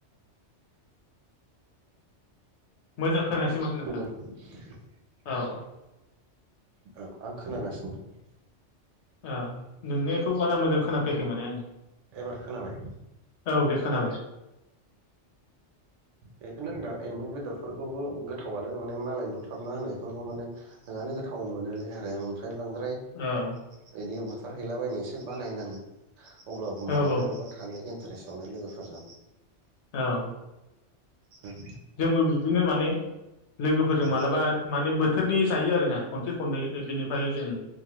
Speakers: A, on the left (about 70°); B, on the right (about 85°).
A: मोजां खोनायासै माथो नोंथां?
B: <inaudible>
A: औ
B: औ आं खोनागासिनो।
A: ओ नोंनिखौ बारा मोजां खोनाफैयाखै माने आं
B: एबार खोनाबाय
A: औ दे। खोनाबाय।
B: बेखौनो होन दा एम्बु बेदरफोरखौबो गोथावनो माने मालाय बुथारना होनायफोरखौ मोनो गोथाव मोनोलाय आरो। बांद्राय बांद्राय
A: औ
B: बिदिनो बु <unintelligible> खारहैलाबायनो एसे बानायनाङो। अब्लाबो
A: औ
B: मालाबा
A: औ
B: मालाबा थाङो। इन्टारेसआवनो लोगोफोरजों।
A: औ
B: औ
A: जोंबो बिदिनो माने लोगोफोरजों
B: उम
A: मालाबा माने बोथोरनि जायो आरोना खनसे खननै बिनिफ्राय जों